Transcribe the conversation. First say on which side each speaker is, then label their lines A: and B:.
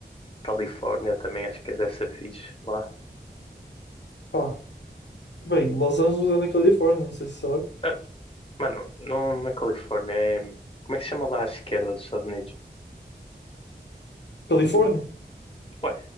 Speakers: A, on the left; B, on the left.
A: Califórnia também acho que é deve ser fixe lá.
B: pá. Bem, Los Angeles é na Califórnia, não sei se sabes.
A: Ah, mano, não na Califórnia é. Como é que se chama lá à esquerda dos Estados Unidos?
B: Califórnia?
A: Ué,